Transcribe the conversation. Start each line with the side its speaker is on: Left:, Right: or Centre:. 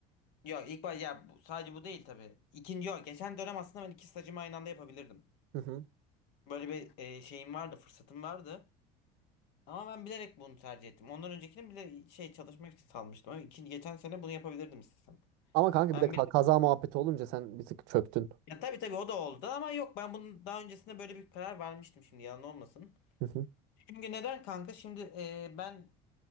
Left: Yok ilk baş ya bu, sadece bu değil tabii. İkinci yok. Geçen dönem aslında ben iki stajımı aynı anda yapabilirdim.
Right: Hı hı.
Left: Böyle bir e, şeyim vardı fırsatım vardı. Ama ben bilerek bunu tercih ettim. Ondan öncekini bile şey çalışmak için salmıştım. Ama ikinci geçen sene bunu yapabilirdim istesem.
Right: Ama kanka
Left: Ben
Right: bir de ka-
Left: bir
Right: kaza muhabbeti olunca sen bir tık çöktün.
Left: ya tabii tabii o da oldu ama yok ben bunun daha öncesinde böyle bir karar vermiştim şimdi yalan olmasın.
Right: Hı hı.
Left: Çünkü neden kanka şimdi e, ben